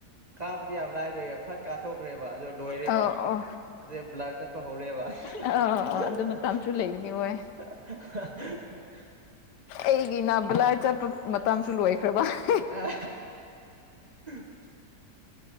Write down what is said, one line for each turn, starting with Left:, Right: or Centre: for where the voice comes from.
Right: ꯀꯥꯕꯗꯤ ꯌꯥꯝ ꯂꯥꯏꯕꯩ ꯐꯠ ꯀꯥꯊꯣꯛꯈ꯭ꯔꯦꯕ ꯑꯗ‌ꯣ ꯂꯣꯏꯔꯦꯕ
Left: ꯑꯣ ꯑꯣ
Right: ꯑꯗꯨꯏ ꯕ꯭ꯂꯥꯔ ꯆꯠꯄ ꯍꯧꯔꯦꯕ ꯍꯥ
Left: ꯑꯥ ꯑꯥ
Right: ꯍꯥ
Left: ꯑꯗꯨ
Right: ꯍꯥ
Left: ꯃꯇꯝꯁꯨ ꯂꯩꯕꯅꯤ ꯍꯣꯏ
Right: <unintelligible>
Left: ꯑꯩꯒꯤꯅ ꯕ꯭ꯂꯥꯔ ꯆꯠꯄ ꯃꯇꯝꯁꯨ ꯂꯣꯏꯈ꯭ꯔꯕ ꯍꯥ
Right: ꯑ <unintelligible>